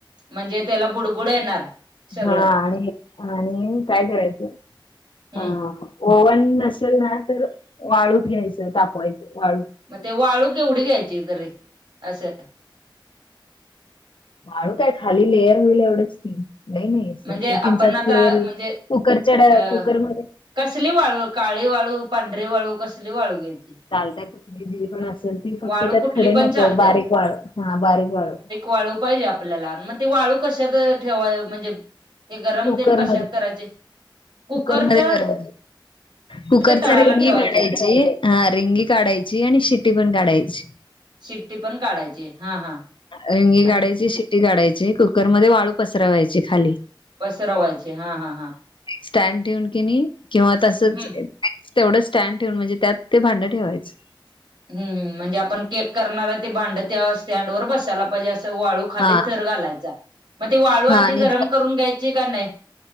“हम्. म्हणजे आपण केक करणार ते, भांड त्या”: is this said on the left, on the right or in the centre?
Right